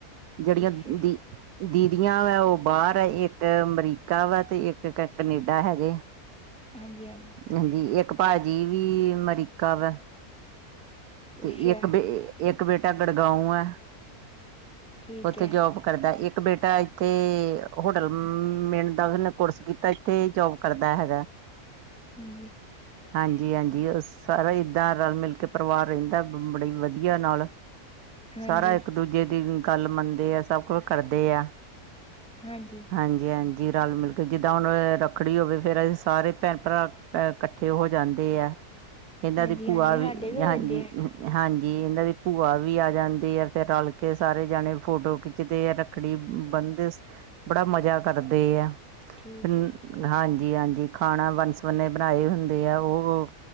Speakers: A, in the centre; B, on the right.
A: ਅੱਛਾ
B: ਜਿਹੜੀਆਂ ਦ
A: ਅੱਛਾ
B: ਦੀ ਦੀਦੀਆਂ ਵਾ ਉਹ ਬਾਹਰ ਆ ਇੱਕ ਅਮਰੀਕਾ ਵਾ ਤੇ ਇੱਕ ਕ ਕਨੇਡਾ ਹੈਗੇ। <inaudible>
A: ਹਾਂਜੀ-ਹਾਂਜੀ।
B: ਹਾਂਜੀ ਇੱਕ ਭਾਜੀ ਵੀ ਅਮਰੀਕਾ ਵਾ। ਤੇ
A: ਅੱਛਾ
B: ਇੱਕ ਬੇ ਇੱਕ ਬੇਟਾ ਗੜਗਾਉ ਆ,
A: ਠੀਕ
B: ਉਥੇ
A: ਹੈ
B: ਜੋਬ ਕਰਦਾ ਇੱਕ ਬੇਟਾ ਇੱਥੇ ਹੋਟਲ ਮ ਮਿਲਣ ਦਾ ਉਸਨੇ ਕੋਰਸ ਕੀਤਾ ਇੱਥੇ ਜੋਬ ਕਰਦਾ ਹੈਗਾ। <inaudible>
A: ਹਾਂਜੀ।
B: ਹਾਂਜੀ-ਹਾਂਜੀ ਉਹ ਸਾਰਾ ਹੀ ਇਦਾਂ ਰਲ-ਮਿਲ ਪਰਿਵਾਰ ਰਹਿੰਦਾ ਬ ਬੜੀ ਵਧੀਆ ਨਾਲ,
A: ਹਾਂਜੀ
B: ਸਾਰਾ ਇੱਕ-ਦੂਜੇ ਦੀ ਗੱਲ ਮੰਨਦੇ ਆ ਸਭ ਕੁਛ ਕਰਦੇ ਆ।
A: ਹਾਂਜੀ।
B: ਹਾਂਜੀ-ਹਾਂਜੀ ਰਲ-ਮਿਲ ਕੇ ਜਿੱਦਾਂ ਹੁਣ ਰੱਖੜੀ ਹੋਵੇ ਫਿਰ ਅਸੀਂ ਸਾਰੇ ਭੈਣ-ਭਰਾ ਅ ਕੱਠੇ ਹੋ ਜਾਂਦੇ ਆ, ਇਹਨਾਂ
A: ਹਾਂਜੀ
B: ਦੀ ਭੂਆ
A: ਹਾਂਜੀ
B: ਵੀ
A: ਸਾਡੇ ਹੋ
B: ਹਾਂਜੀ
A: ਜਾਂਦੇ ਹੈ
B: ਹਾਂਜੀ ਇਹਨਾਂ ਦੀ ਭੂਆ ਵੀ ਆ ਜਾਂਦੀ ਆ ਫ਼ਿਰ ਰਲ ਕੇ ਸਾਰੇ ਜਾਣੇ ਫੋਟੋ ਖਿੱਚਦੇ ਆ ਰੱਖ- ਰੱਖੜੀ ਬੰਨਦੇ, ਬੜਾ ਮਜ਼ਾ ਕਰਦੇ ਆ। <unintelligible>
A: ਠੀਕ ਹੈ
B: ਹਾਂਜੀ-ਹਾਂਜੀ ਖਾਣਾ ਬੰਨ-ਸਵੰਨੇ ਬਣਾਏ ਹੁੰਦੇ ਆ ਉਹ